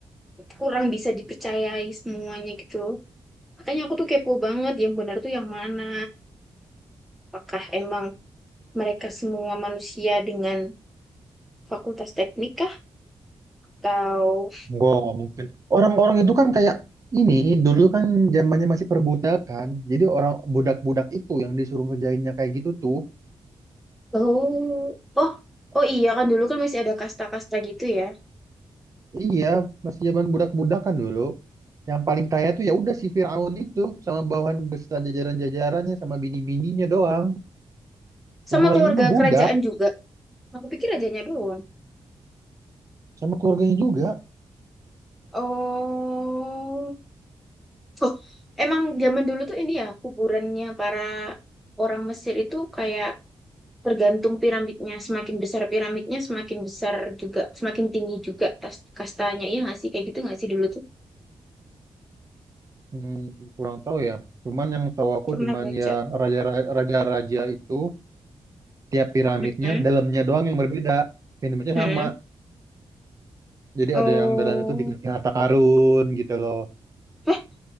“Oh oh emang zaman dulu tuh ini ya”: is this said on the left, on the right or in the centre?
Centre